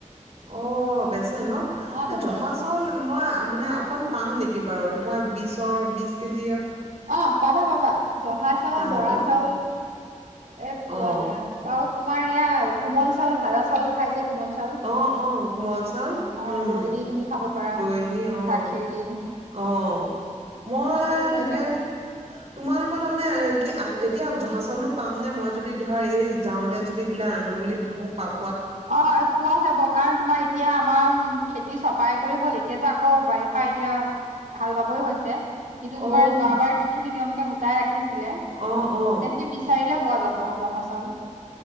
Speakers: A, on the right; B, on the right.
A: অ--বেচে <unintelligible>
B: অ
A: এ
B: বেচে
A: জহা
B: বেচে
A: চাউল মই মানে, অকণ পাম নেকি বাৰু? ধৰা বিছৰ-বিছ কেজি
B: অ' পাবা, পাবা। জহা চাউল,
A: পাম
B: বৰা
A: ন?
B: চাউল এ পোৱা
A: অ',
B: যায়। অ' <inaudible> তোমাৰ এয়া কোমল চাউল, ভাজা চাউল খাই কোমল চাউল
A: অ', অ' কোমল চাউল,
B: অ
A: উম।
B: দৈ দি তুমি খাব পাৰা
A: দৈ দি অ'।
B: গাখীৰ দি
A: অ' মই
B: সেয়াও পোৱা
A: তাকে
B: যায়
A: তোমালোকৰ তাৰমানে কি আ-এতিয়া জহা চাউলটো পাম নে? মই যদি ধৰা এই যাওঁতে যদি বোলে আনোঁ বুলি ভাবো, পাম
B: অ' এ-পোৱা যাব। কাৰণ তোমাৰ এতিয়া আমাৰ খেতি চপাই কৰি হ'ল, এতিয়াতো আকৌ বাৰিষা এতিয়া হাল বাবই হৈছে। কিন্তু তোমাৰ
A: অ',
B: যোৱাবাৰ যিখিনি তেওঁলোকে গোটাই ৰাখিছি <unintelligible>
A: অ', অ',
B: তেনেকে বিচাৰিলে পোৱা যাব জহা চাউল।